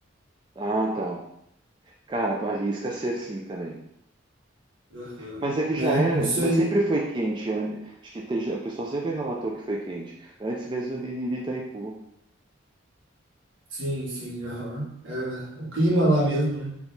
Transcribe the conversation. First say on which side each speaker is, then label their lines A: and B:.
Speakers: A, on the right; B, on the right.
A: ah, tá. Cara, arrisca ser sim também.
B: Aham.
A: Mas é que
B: Né?
A: já era,
B: Não sei.
A: mas sempre foi quente. an- Acho que tem, o pessoal sempre relatou que foi quente, antes mesmo de, de, de Itaipu.
B: Sim, sim, aham. É o clima lá mesmo, né?